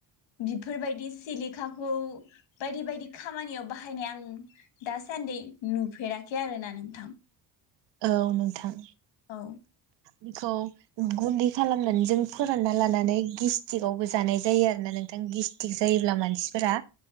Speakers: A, on the left (about 80°); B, on the right (about 70°).
A: बिफोरबायदि सिलिखाखौ बायदि बायदि खामानियाव बाहायनाय आं दासान्दि नुफेरा आरोना नोंथां
B: औ नोंथां
A: औ
B: बेखौ गुन्दै खालामनानै जों फोरानना लानानै गेस्टिकआवबो जानाय जायो आरोना नोंथां गेस्टिक जायोब्ला मानसिफोरा